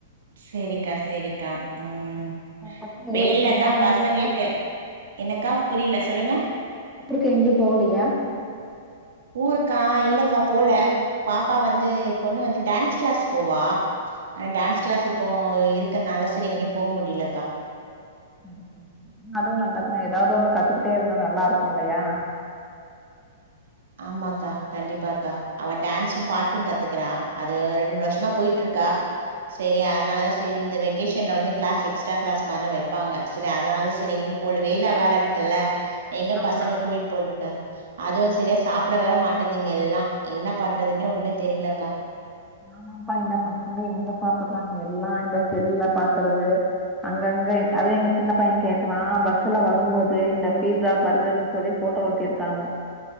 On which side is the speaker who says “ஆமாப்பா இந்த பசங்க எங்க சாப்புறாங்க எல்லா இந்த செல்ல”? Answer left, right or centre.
Centre